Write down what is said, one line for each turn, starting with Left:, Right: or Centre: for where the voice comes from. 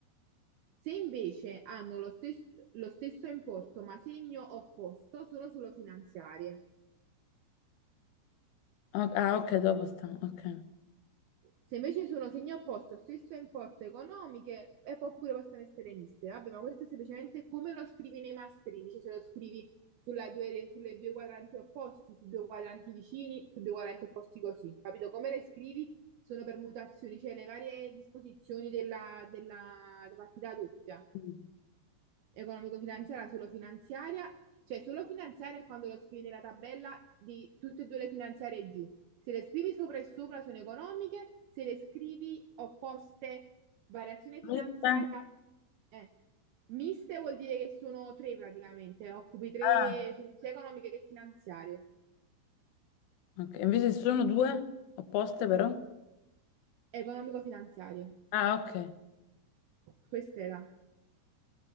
Right: Se invece hanno lo stesso, lo stesso importo ma segno opposto, sono solo finanziarie.
Left: O- ah, ok, dopo sta. Ok.
Right: Se invece sono segno opposto, stesso importo economiche, e poi pure possono essere miste. Vabbè, ma questo è semplicemente come lo scrivi nei masterini, cioè se lo scrivi sulla due, sulle due quadranti opposti, su due quadranti vicini, su due quadranti opposti così, capito? Come le scrivi sono permutazioni, cioè le varie disposizioni della, della partita doppia
Left: Mm.
Right: economico-finanziaria, solo finanziaria, cioè solo finanziaria è quando lo scrivi nella tabella di tutte e due le finanziarie giù. Se le scrivi sopra e sopra sono economiche, se le scrivi opposte, variazione finanziaria,
Left: Questa-
Right: eh. Miste vuol dire che sono tre praticamente, occupi tre,
Left: Ah,
Right: sono sia economiche che finanziarie,
Left: ok. Invece sono due opposte però?
Right: economico-finanziarie.
Left: Ah, ok.
Right: Questa era.